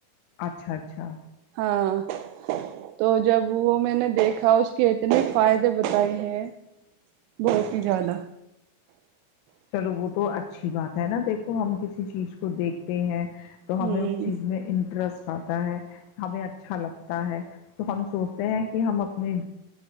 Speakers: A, on the left; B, on the right.
A: اچھا اچھا
B: ہاں تو جب وہ میں نے دیکھا اس کے اتنے فائدے بتائے ہیں بہت ہی زیادہ
A: چلو وہ تو اچھی بات ہے نا دیکھو ہم کسی چیز کو دیکھتے ہیں تو ہمیں
B: ہوں
A: اس چیز میں انٹرسٹ آتا ہے ہمیں اچھا لگتا ہے تو ہم سوچتے ہیں کہ ہم اپنے